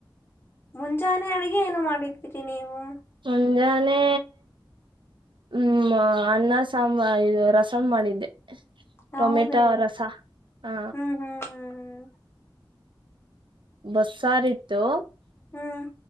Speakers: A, on the left; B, on the right.
A: ಮುಂಜಾನೆ ಅಡಗೆ ಏನೋ ಮಾಡಿದ್ದೀರಿ ನೀವು.
B: ಮುಂಜಾನೆ ಹ್ಮ. ಅಣ್ಣ ಸಾಂಬಾರ್ ಇದ ರಸಂ ಮಾಡಿದ್ದೆ
A: ಹೌದೇ
B: ಟೊಮೆಟೊ ರಸಾ ಆ
A: ಹ್ಮ್ ಹ್ಮ್
B: ಬಸ್ಸಾರ್ ಇತ್ತು
A: ಹ್ಮ್ ಹ್ಮ್